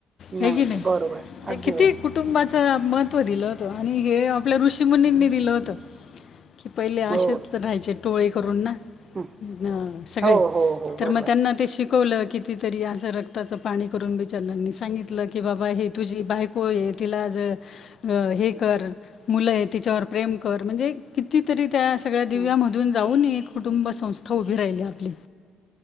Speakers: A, on the left; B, on the right.
A: हे
B: नाही,
A: की नाही
B: बरोबर. अगदी
A: किती
B: बरोबर.
A: कुठ. कुटुंबाचं महत्त्व दिलं होतं आणि हे आपल्या ऋषी मुनींनी
B: हं.
A: दिलं होत. की पहिले असेच
B: हो.
A: राहायचे टोळे करून ना.
B: हं.
A: ह सगळे
B: हो, हो, हो. बरोबर.
A: तर मग त्यांना ते शिकवलं कितीतरी अस. असं रक्ताचं पाणी करून विचारलंनी सांगितलं की बाबा हे तुझी बायको आहे तिला आजं. हे कर मुलं आहे तिच्यावर प्रेम कर म्हणजे कितीतरी त्या सगळ्या दिव्यामधून
B: हं.
A: जाऊन कुटुंब संस्था उभी राहिली आपली